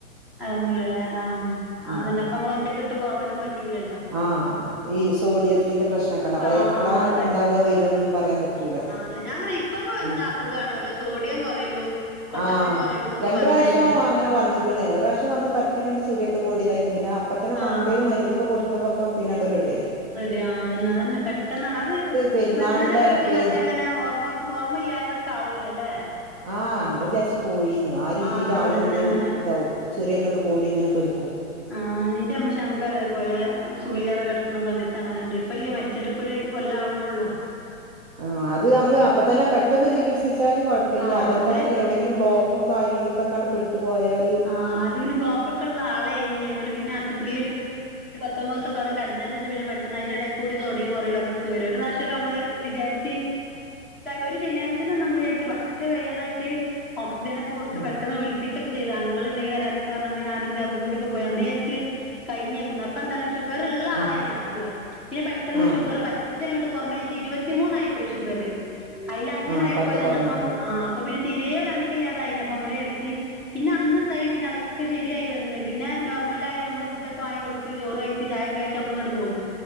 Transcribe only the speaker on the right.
ഉം
ആഹ് ഈ സോഡിയത്തിന്റെ പ്രശ്നൊക്കെണ്ട് അപ്പൊ
എപ്പളാ
ഇണ്ടാവ വരിവാന്നൊന്നും പറയാൻ പറ്റൂല
ഉം
ആഹ്
രണ്ട്
പ്രാവശ്യം
അങ്ങനെ വന്നക്കണ് ഒരു പ്രാവശ്യം വന്ന് പറ്റങ്ങനെ ചെറിയക്കെ കൂടി ഇതായി പിന്നെ അപ്പതന്നെ കൊണ്ടോയിന്
മരുന്നൊക്കെ കൊടുത്ത്പൊക്കെ പിന്നാണ്ട് റെഡി ആയി
പെരുന്നാളിന്റെ
പേ
ആഹ് നമ്മള് വിചാരിച്ചു പോയിന്ന് ആ രീതിൽ
ആളും
ങ്ങട്
ഇതാവും ചിറിയൊക്കെണ്ട് കോ ഇങ്ങനെ കെടക്കും
ആ അത് നമ്മള് അപ്പ തന്നെ പെ പെട്ടെന്ന് ചികിത്സിച്ചാല് കൊഴപ്പില്ല
അതല്ലത
എവിടെയെങ്കിലും ബ്ലോക്കും കാര്യങ്ങളൾക്കെ കണ്ട് പെട്ടു പോയാല്
ആഹ്
ആഹ്
ആഹ്
ആഹ്
പറ്റെ
കൊറഞ്ഞിട്ടുണ്ടോ